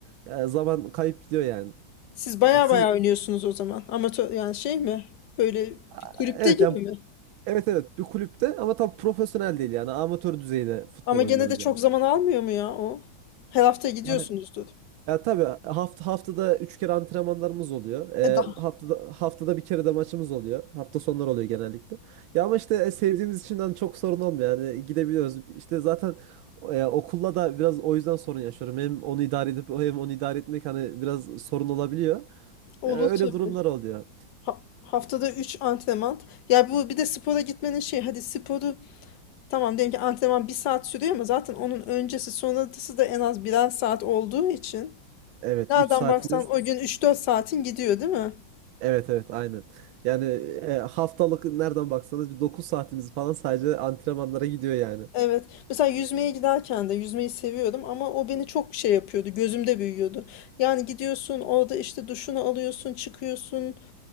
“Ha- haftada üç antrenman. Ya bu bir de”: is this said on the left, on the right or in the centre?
Left